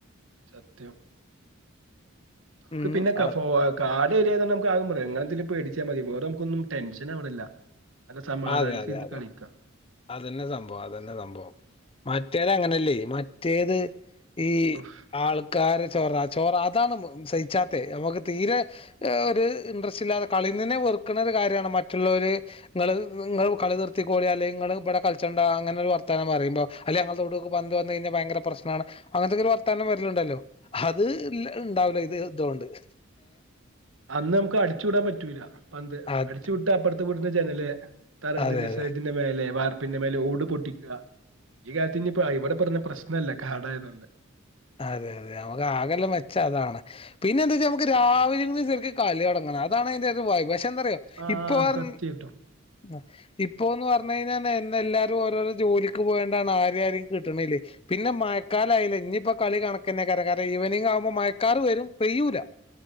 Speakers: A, on the right; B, on the left.
A: സത്യം നമുക്ക്
B: ഉം
A: പിന്നെ ക
B: അ
A: ഫോ കാട്യേത നമുക്കാദ്യം പറയാം ഇങ്ങളെന്തിനാ പേടി ച്ചാൽ മതി വേറെ നമുക്കൊന്നും ടെൻഷനവിടില്ല നല്ല സമാധാനത്തി
B: അതെ അതെ
A: ഇര്ന്ന്
B: അതെ
A: കളിക്കാം
B: അതന്നെ സംഭവം അതന്നെ സംഭവം മറ്റേത് അങ്ങ നല്ലെ മറ്റേത് ഈ
A: ഉഫ്.
B: ആൾക്കാരെ ചൊറ ചൊറ അതാണ് മ് സഹിച്ചാത്തെ നമ്മക്ക് തീരെ ഒരു ഇൻട്രസ്റ്റ് ഇല്ലാതെ കളിന്നന്നെ വെറുക്കണ ഒരു കാര്യാണ് മറ്റുള്ളവര് ഇങ്ങള് നിങ്ങള് കളി നിർത്തിക്കോളി അല്ലെങ്കി ഇങ്ങള് ഇബ്ടെ കളിച്ചണ്ട അങ്ങനൊരു വർത്താനം പറുമ്പോ അല്ല ഞങ്ങള തോട്ക്ക് പന്ത്‌ വന്നു കഴിഞ്ഞാ ഭയങ്കര പ്രശ്നമാണ് അങ്ങനത്തക്കൊരു വർത്താനം വരുന്നുണ്ടല്ലോ അത് ഇണ്ടാവൂല ഇത് ദോണ്ട്
A: അന്ന് നമുക്ക് അടിച്ചു വിടാൻ പറ്റൂല പന്ത്
B: അത്
A: അടിച്ചു വിട്ട അപ്പുറത്തെ വീട്ടിന്റെ ജനല് <unintelligible> പറമ്പിന്റെ
B: അതെ അതെ
A: സൈഡിന്റെ മേലെ വാർ പ്പിമേലെ ഓട് പൊട്ടിക്ക ഈ കാലത്തിന്നിപ്പോ ഇവടെ പറഞ്ഞാ പ്രശ്നല്ല കാടായതോണ്ട്
B: അതെ അതെ മ്മക്ക് ആകെള്ള മെച്ചം അതാണ് പിന്നെന്തന്ന്ച്ചാ മ്മക്ക് രാവി ലേന്ന് സരിക്ക് കളി തൊടങ്ങണം അതാണ് അയിന്റൊരു വൈബ് ച്ചന്തറിയോ
A: ആ
B: ഇപ്പൊ വർ
A: സത്യം കിട്ടും
B: അ ഇപ്പോന്ന് പർഞ്ഞു കയിഞ്ഞാ എന്നെ എല്ലാരും ഓരോരോ ജോലിക്ക് പോയോണ്ടാണ് ആരെ ആരേം കിട്ട്ണില്ലേ പിന്നെ മയക്കാലായിലെ ഇഞ്പ്പം കളി കണക്കന്ന കര കര ഈവെനിംഗാവുമ്പോ മഴക്കാറ് വരും പെയ്യൂല